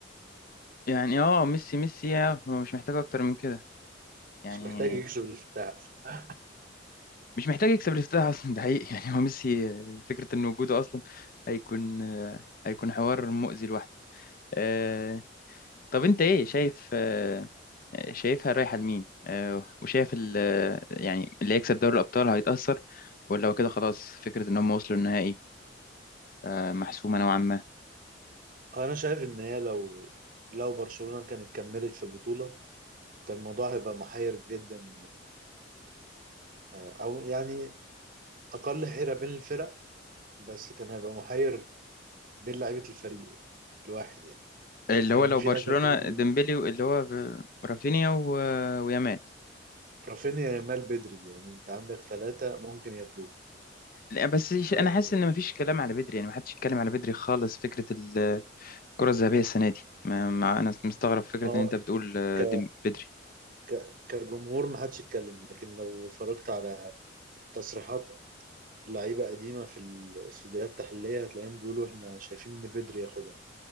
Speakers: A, on the left (about 50°); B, on the right (about 45°).
A: يعني اه ميسي ميسي اه هو مش محتاج اكتر من كده يعني
B: مش محتاج يكسب الافتتاح اصلا
A: مش محتاج يكسب الافتتاح اصلا ده حقيقي <laughs> يعني هو ميسي آه، فكره ان وجوده اصلا هيكون آه، هيكون حوار مؤذي لوحده آه، طب انت ايه شايف آه، شايفها رايحه لمين آه، وشايف ال- آه، يعني اللي هيكسب دوري الابطال هيتاثر ولا هو كده خلاص فكره ان هم وصلوا النهائي آه، محسومه نوعا ما
B: هو انا شايف ان هي لو لو برشلونه كانت كملت في البطوله كان الموضوع هيبقى محير جدا آه، او يعني اقل حيره بين الفرق بس كان هيبقى محير بين لعيبه الفريق الواحد يعني
A: اللي
B: كان
A: هو لو
B: في
A: برشلونه
B: ناس هتقول
A: ديمبلي اللي هو في- رافينيا و- ويامال
B: رافينيا يامال بدري يعني انت عندك ثلاثة ممكن ياخدوه
A: لا بس ش-
B: آه،
A: انا حاسس ان مفيش كلام على بدري يعني محدش يتكلم على بدري خالص فكره الكرة الذهبية السنة دي ما ما أنا مستغرب فكرة
B: ما هو
A: إن أنت بتقول آه،
B: ك...
A: ديم بدري
B: ك... كجمهور ما حدش يتكلم لكن لو اتفرجت على تصريحات لعيبة قديمة في الاستوديوهات التحليلية هتلاقيهم بيقولوا احنا شايفين ان بدري ياخدها